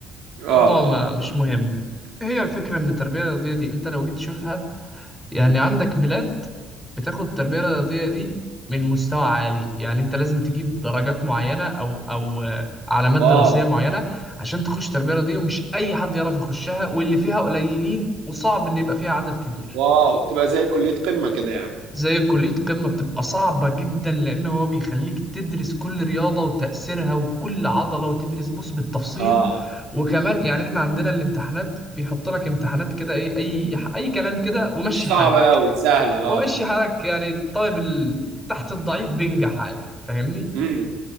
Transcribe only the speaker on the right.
اه
آه.
واو
واو بتبقى زي كلية قمة كده يعني
اه
مش صعبة
قوي سهلة اه
امم